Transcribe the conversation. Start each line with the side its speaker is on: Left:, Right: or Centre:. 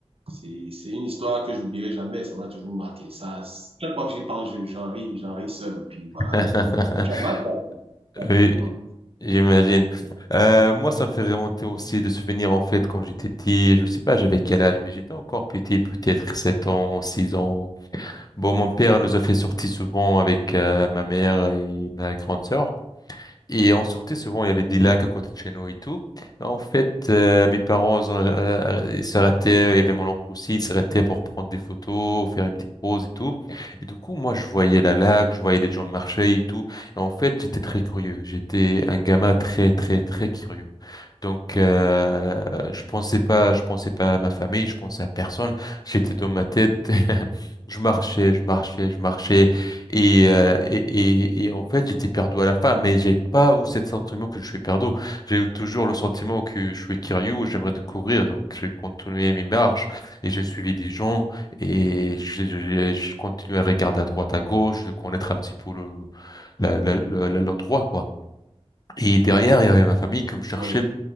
Right: c'est, c'est une histoire que je n'oublierai jamais. Ça m'a toujours marqué. Ça, chaque fois que j'y pense, je- j'en ris, j'en ris seul. Et puis voilà.
Left: <laughs>
Right: quoi. Tu en as, toi Ouais,
Left: Oui,
Right: c'est bon.
Left: j'imagine. Euh, moi, ça me fait remonter aussi de souvenirs, en fait, quand j'étais petit. Je sais pas, j'avais quel âge, mais j'étais encore petit, peut-être 7 ans, 6 ans. Bon, mon père nous a fait sortir souvent avec euh, ma mère et ma grande sœur. Et on sortait souvent, il y avait
Right: Ouais,
Left: des lacs à côté de chez nous et tout. En fait, euh, mes parents ils ont- euh, euh, ils s'arrêtaient, il y avait mon oncle aussi, ils s'arrêtaient pour prendre des photos, faire une petite pause et tout. Et du coup, moi, je voyais
Right: ouais,
Left: la lac, je voyais les gens marcher et tout. Et en fait, j'étais très curieux. J'étais un gamin très, très, très curieux. Donc, euh, je pensais pas, je pensais pas à ma famille, je pensais à personne. J'étais dans ma tête. <laughs> Je marchais, je marchais, je marchais. Et, euh,
Right: ouais.
Left: et, et,
Right: <laughs>
Left: et en fait, j'étais perdu à la fin, mais j'ai pas eu ce sentiment que je suis perdu. J'ai eu toujours le sentiment que je suis curieux, j'aimerais découvrir, donc j'ai continué mes marches et j'ai suivi des gens et j'ai j'ai- j'ai continué à regarder à droite, à gauche, de connaître un petit peu le, la- la- la- la- l'endroit, quoi. Et derrière, il y avait ma famille qui me cherchait
Right: Oui.